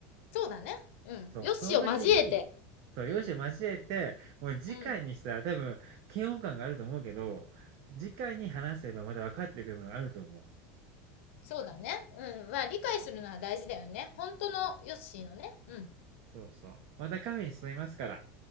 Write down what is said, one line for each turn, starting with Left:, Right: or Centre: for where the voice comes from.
Left: そうだね。うん。
Right: そう、
Left: よしを交えて。
Right: その時に、そう、
Left: うん、
Right: 容姿を交えて、もう次回にしたら多分嫌悪感があると思うけど、
Left: うん。
Right: 次回に話せばまた分かってくるものがあると思う。
Left: そうだね。うん。まあ、理解するのは大事だよね。本当のヨッシーのね。うん。
Right: そうそう。またカフェに誘いますから。